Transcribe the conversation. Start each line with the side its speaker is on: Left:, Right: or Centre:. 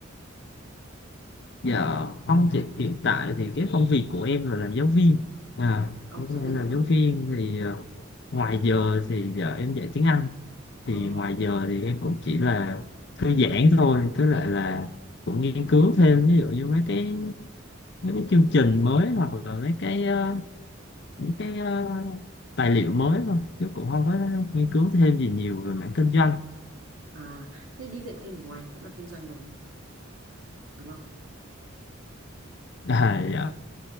Left: dạ không chị hiện tại thì cái công việc của em là làm giáo viên à
Right: ồ
Left: em
Right: giáo viên
Left: làm giáo viên thì à, ngoài giờ thì giờ em dạy tiếng Anh thì
Right: ồ
Left: ngoài giờ thì em cũng chỉ là thư giãn thôi tức là là cũng nghiên cứu thêm ví dụ như mấy cái mấy cái chương trình mới hoặc là mấy cái ờ, những cái ờ, tài liệu mới thôi chứ cũng không có nghiên cứu thêm gì nhiều về mảng kinh doanh
Right: à thế đi dạy thêm ở ngoài cũng là kinh doanh rồi đúng không
Left: <laughs> à, dạ